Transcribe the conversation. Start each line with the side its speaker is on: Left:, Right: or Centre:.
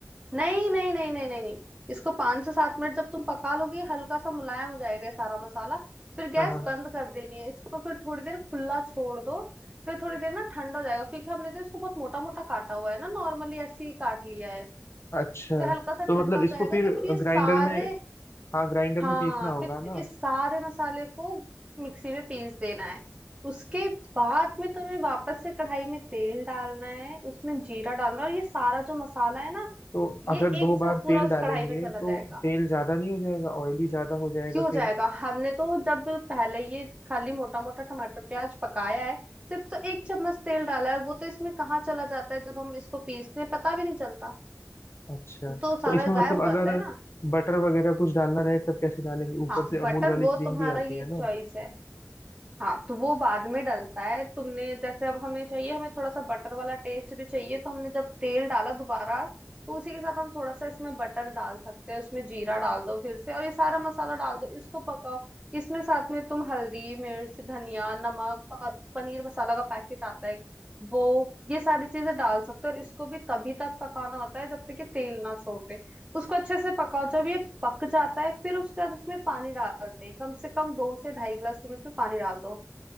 Right: नहीं नहीं नहीं नहीं नहीं नहीं इसको पांच से सात मिनट जब तुम पका लोगे हल्का सा मुलायम हो जाएगा ये सारा मसाला फिर गैस
Left: हाँ हाँ
Right: बंद कर देनी है इसको फिर थोड़ी देर खुला छोड़ दो फिर थोड़ी देर ना ठंडा हो जाएगा क्योंकि हमने तो इसको बहुत मोटा मोटा काटा हुआ है ना नॉर्मली ऐसे ही काट लिया है
Left: अच्छा
Right: तो हल्का सा
Left: तो
Right: ठंडा
Left: मतलब
Right: हो
Left: इसको
Right: जाएगा
Left: फिर
Right: तो फिर ये सारे
Left: ग्राइंडर में हाँ ग्राइंडर
Right: हाँ
Left: में पीसना होगा
Right: फिर
Left: ना
Right: इस सारे मसाले को मिक्सी में पीस देना है उसके बाद में तुम्हें वापस से कढ़ाई में तेल डालना है उसमें जीरा डालना है और ये सारा जो मसाला है ना
Left: तो
Right: ये
Left: अगर दो
Right: एक साथ
Left: बार
Right: पूरा
Left: तेल
Right: उस
Left: डालेंगे
Right: कढ़ाई में चला जाएगा
Left: तो तेल ज्यादा नहीं हो जाएगा ऑयली ज्यादा हो जाएगा
Right: क्यों
Left: फिर
Right: जाएगा हमने तो जब पहले ये खाली मोटा मोटा टमाटर प्याज पकाया है सिर्फ तो एक चम्मच तेल डाला है और वो तो इसमें कहाँ चला जाता है जब हम इसको पीसते हैं पता भी नहीं चलता
Left: अच्छा
Right: वो तो सारा
Left: तो इसमें मतलब
Right: गायब हो जाता
Left: अगर
Right: है ना
Left: बटर वगैरह कुछ डालना रहे तब कैसे डालेंगे ऊपर
Right: हाँ
Left: से
Right: बटर
Left: अमूल वाली
Right: वो
Left: क्रीम
Right: तुम्हारा
Left: भी आती
Right: ये
Left: है ना
Right: चॉइस है हाँ तो वो बाद में डलता है तुमने जैसे अब हमें चाहिए हमें थोड़ा सा बटर वाला टेस्ट भी चाहिए तो हमने जब तेल डाला दोबारा तो उसी के साथ हम थोड़ा सा इसमें बटर डाल सकते हैं उसमें जीरा डाल दो फिर से और ये सारा मसाला डाल दो इसको पकाओ इसमें साथ में तुम हल्दी मिर्च धनिया नमक और पनीर मसाला का पैकेट आता है वो ये सारी चीजें डाल सकते हो और इसको भी तभी तक पकाना होता है जब तक कि तेल ना छोड़े उसको अच्छे से पकाओ जब ये पक जाता है फिर उसके बाद इसमें पानी डालते हैं कम से कम दो से ढाई गिलास तुम इसमें पानी डाल दो